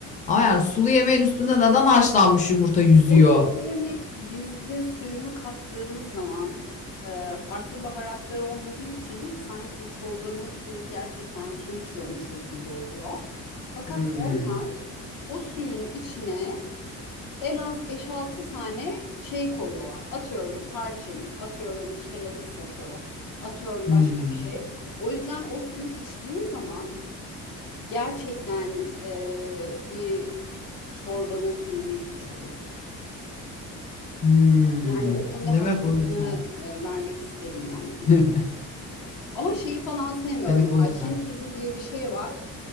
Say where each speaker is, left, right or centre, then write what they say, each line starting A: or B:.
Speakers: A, on the left (about 20°); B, on the left (about 55°).
A: Ama yani sulu yemeğin üstünde neden haşlanmış yumurta yüzüyor?
B: O sulu yemek bizde suyunu kattığımız zaman e, farklı baharatlar olmadığı için sanki çorbanın suyu gerçekten su içiyormuşuz gibi oluyor. Fakat
A: Hmm,
B: onlar o suyun içine en az beş-altı tane şey koyuyorlar. Atıyorum tarçın, atıyorum kereviz sapı, atıyorum
A: hmm,
B: başka bir şey. O yüzden o suyu içtiğin zaman gerçekten e, bir çorbanın suyunu içmiş oluyorsun.
A: hmm.
B: Yani o konuda
A: Demek
B: haklarını
A: o yüzden.
B: e, vermek isterim yani iyiler.
A: <laughs>
B: Ama şeyi falan sevmiyorum.
A: Demek
B: Mesela
A: o yüzden.
B: Çin tuzu diye bir şey var.